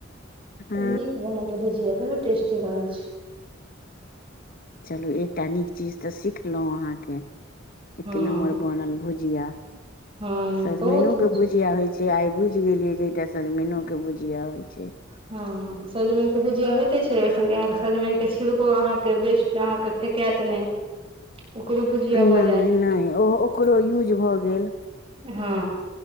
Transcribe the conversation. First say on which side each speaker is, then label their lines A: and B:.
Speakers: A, on the left (about 45°); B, on the right (about 25°).
A: हँ
B: तऽ नीक बनत भुजिया बहुत टेस्टी बनैत छै
A: चलू एकटा नीक चीज तऽ सिखलहुँ अहाँ के एक
B: हँ
A: नम्बर बनल भुजिया <inaudible>
B: हँ
A: सजमैनों
B: बहुत नीक।
A: के भुजिया होइ छै से आई बुझ गेलिये जे एकटा सजमैनो के भुजिया होय छै
B: <unintelligible> सजमैन के भुजिया होयइते छै ओहि संगे अहाँके सजमैन क छिलको अहाँके बेस्ट अहाँके फेकैत नहि ओकरो भुजिया
A: नहि
B: भऽ जायत
A: नहि ओ ओकरो
B: <inaudible>
A: यूज भऽ गेल
B: हँ